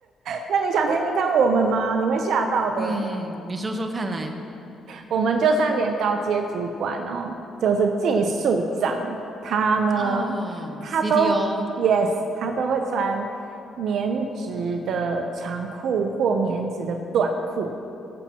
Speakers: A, on the right; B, on the right.
A: 那你想听听看我们吗？你会吓到的。
B: 嗯，你说说看来
A: 我们就算连高阶主管哦，就是技术长，他呢，
B: 哦，CTO
A: 他都 yes，他都会穿棉质的长裤或棉质的短裤。